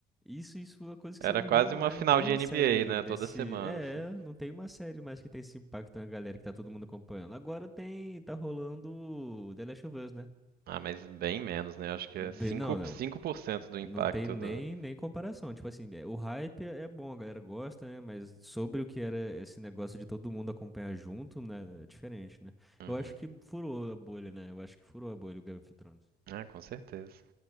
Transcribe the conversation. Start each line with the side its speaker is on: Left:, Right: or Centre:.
Centre: Isso, isso é uma coisa que
Right: Era
Centre: você não
Right: quase
Centre: vê mais.
Right: uma final
Centre: Não tem
Right: de
Centre: uma
Right: NBA,
Centre: série
Right: né?
Centre: desse.
Right: Toda semana,
Centre: É,
Right: assim.
Centre: é, não tem uma série mais que tem esse impacto na galera que tá todo mundo acompanhando. Agora tem, tá rolando The Last of Us, né?
Right: Ah, mas bem menos, né? Acho que é
Centre: Be-
Right: cinco
Centre: Não, não.
Right: cinco por cento do impacto
Centre: Não tem nem,
Right: do.
Centre: nem comparação. Tipo assim, é- o hype é é bom, a galera gosta, né? Mas sobre o que era esse negócio de todo mundo acompanhar junto, né? É diferente, né?
Right: Uhum.
Centre: Eu acho que furou a bolha, né? Eu acho que furou a bolha o Game of Thrones.
Right: Ah, com certeza.